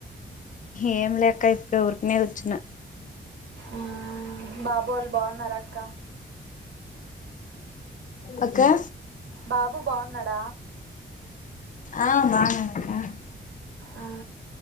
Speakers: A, on the left (about 45°); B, on the right (about 70°).
A: ఏం లే అక్క ఇప్పుడు ఊరికినే కూర్చున్న
B: ఆ బాబు వాళ్ళు బాగున్నార అక్క
A: అక్కా
B: బాబు బాన్నాడ
A: ఆ బాన్నడు అక్క
B: ఆ